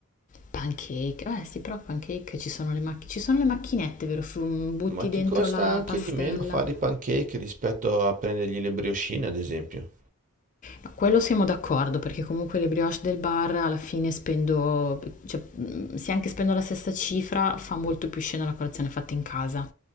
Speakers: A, on the left; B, on the right.
A: Pancake. Eh sì, però pancake ci sono le macchinette. Ci sono le macchinette, vero? F- Butti
B: Ma ti
A: dentro
B: costa
A: la
B: anche
A: pastella.
B: di meno fare i pancake rispetto a prendergli le briochine, ad esempio.
A: No, quello siamo d'accordo, perché comunque le brioche del bar alla fine spendo, cioè, mm, se anche spendo la stessa cifra, fa molto più scena la colazione fatta in casa.